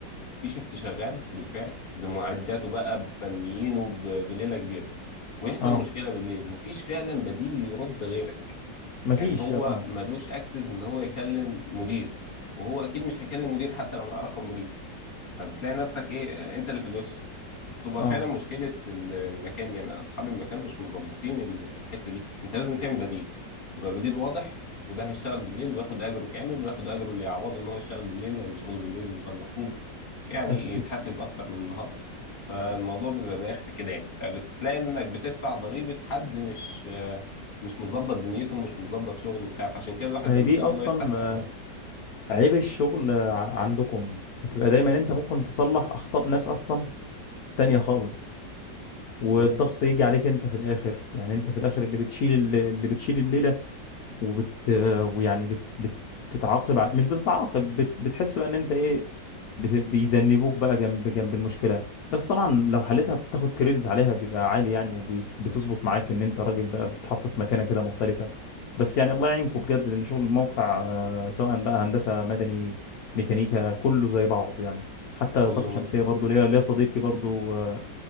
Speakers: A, on the left; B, on the left.
A: في شيفت شغال بالفعل بمعداته بقى بفنيينه ب- بليله كبيره ويحصل
B: اه
A: مشكله بالليل مفيش فعلا بديل يرد غيرك
B: مفيش
A: يعني هو
B: اه
A: ملوش اكسس ان هو يكلم مدير وهو اكيد مش هيكلم مدير حتى لو معاه رقم مدير فبتلاقي نفسك ايه انت اللي في الوش فبتبقى
B: اه
A: فعلا مشكلة ال- المكان يعني اصحاب المكان مش مظبطين ال- الحتة دي انت لازم تعمل بديل يبقى بديل واضح وده هيشتغل بالليل وياخد اجره كامل وياخد اجره اللي يعوضه ان هو يشتغل بالليل لان شغل بالليل بيبقى المفروض يعني
B: اكيد
A: يتحاسب اكتر من النهار فالموضوع بيبقى بايخ في كده يعني فبتلاقي انك بتدفع ضريبة حد مش مش مظبط دنيته ومش مظبط شغله وبتاع فعشان كده الواحد
B: ما
A: لما
B: هي دي
A: ان شاء
B: اصلا
A: الله يفتح
B: آه،
A: اه
B: عيب الشغل آه، ع- عندكم بتبقى دايما انت ممكن تصلح اخطاء ناس اصلا تانية خالص والضغط
A: بالظبط
B: يجي عليك انت في الاخر يعني انت في الاخر اللي بتشيل اللي بتشيل الليله وبت ويعني بت... بت... بتتعاقب ع- مش بتتعاقب بت... بتحس بقى ان انت ايه بت... بيذنبوك بقى جنب جنب المشكله بس طبعا لو حلتها بتاخد كريدت عليها بيبقى عالي يعني وبتظبط معاك ان انت راجل بقى بتتحط في مكانه كده مختلفه بس يعني الله يعينكم بجد لان شغل الموقع آه، سواء بقى هندسه مدني ميكانيكا كله زي بعضه يعني حتى
A: كله
B: طاقه شمسيه
A: متعب
B: برضه
A: اه
B: ليا ليا صديقي برضه آه،